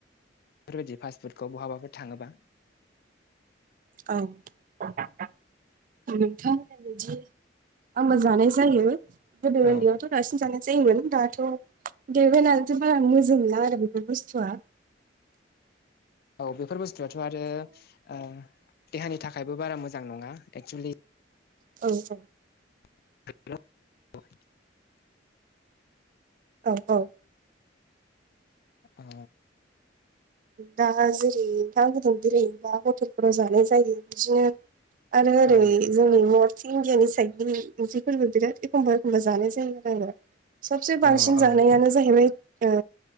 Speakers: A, on the left (about 55°); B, on the right (about 45°).
A: बेफोरबायदि फास्टफुडखौ बहाबाबो थाङोबा
B: औ नोंथांमोना बिदि आंबो जानाय जायो गोदो
A: औ
B: उन्दैयावथ' बांसिन जानाय जायोमोन दाथ' देरबायनालाय बारा मोजोमला आरो बेफोर बुस्थुआ।
A: औ बेफोर बुस्थुआथ' आरो ओ देहानि थाखायबो बारा मोजां नङा एक्सुलि
B: औ औ
A: <unintelligible>
B: औ औ।
A: ओ
B: दा जेरै था गोदुं जेरै दा हटेलफोराव जानाय जायो बिदिनो आरो ओरै
A: औ
B: जोंनि नर्थ <unintelligible> इण्डियानि साइडनि ओंख्रिफोरबो बिराद एखमबा-एखमबा जानाय जायो आरो आङो। साबसे बांसिन
A: अ औ
B: जानायानो जाहैबाय ओ